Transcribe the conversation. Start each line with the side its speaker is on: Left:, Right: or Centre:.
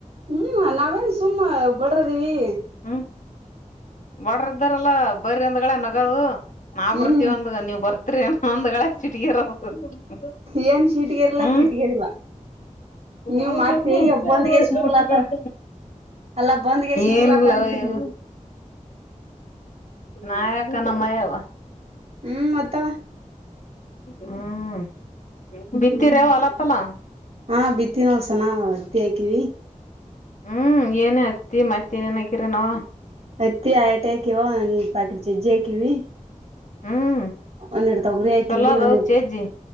Right: ಹ್ಮ ನಾವೇನ್ ಸುಮ್ಮ ಬಡ್ರದೀವಿ.
Left: ಹಾ ಬಡ್ರ ಇದ್ದಾರಲ್ಲಾ ಬರಿ ಒಂದ್ಗಳೇ ನಗದು ನಾ
Right: ಹ್ಮ್
Left: ಬರ್ತಿವ ಒಂದ ನೀವ್ ಬರ್ತಿರಿ ಏನ ಒಂದ್ಗಳೆ ಸಿಟಿಗೆರ <unintelligible> <inaudible>
Right: ಏನ್ ಶೀಟ್ಗೇರಿಲ್ಲ
Left: ಹ್ಮ್
Right: ಪಿಟ್ಗೇರಿಲ್ಲ ನೀವ್
Left: ಮಾ
Right: ಮತ್ತೆ
Left: ಉ <unintelligible>
Right: ಬಂದ್ಗೆಸ್ ಮೂಲತ ಅಲ್ಲಾ ಬಂದ್ಗೆಸ್ ಮೂಲತ
Left: ಏನುಲ್ಲಇವ್
Right: ಅಂತೀರಿ ನೀವು
Left: ನಾಯಕ ನಮ್ಮಯವ್ವ
Right: ಹ್ಮ್ ಮತ್ತ
Left: ಹ್ಮ್ ಬಿತ್ತಿರೆವು
Right: ಹ್ಮ್
Left: ಅಲ್ಲಪ್ಪಲ್ಲ
Right: ಹಾ ಬಿದ್ದಿ ನೋಡ್ ಸನ್ನ ಹತ್ತಿ ಹಾಕಿವಿ
Left: ಹ್ಮ್ ಏನ ಹತ್ತಿ ಮತ್ತ್ ಏನೇನ್ ಹಾಕಿರ ನಾವ್
Right: ಅತ್ತಿ ಆಯಟ <unintelligible> ಹಕಿವ ಪಾಕಿಡಿ ಚಜ್ಜ ಹಾಕಿವಿ
Left: ಹ್ಮ್
Right: ಒಂದೆಡ್ ತೊಗರಿ ಹಾಕಿವಿ
Left: ಚಲೋ ಅದವ್
Right: ಒಂದೆಡ್
Left: ಚೇಜ್ಜಿ